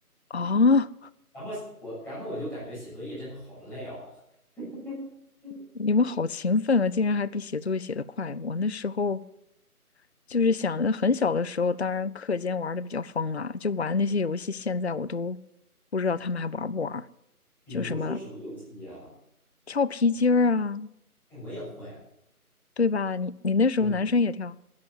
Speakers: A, on the left (about 50°); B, in the centre.
A: 啊？
B: 然后我，然后我就感觉写作业真的好累哦。<laughs> 嗯嗯，
A: 你们好勤奋啊，竟然还比写作业写得快。我那时候就是想着很小的时候，当然课间玩的比较疯啊，就玩那些游戏，现在我都不知道他们还玩不玩儿，
B: 比如说什么游戏呀？
A: 就什么跳皮筋儿啊，
B: 哎，我也会。
A: 对吧？你你那时候男生也跳。
B: 对。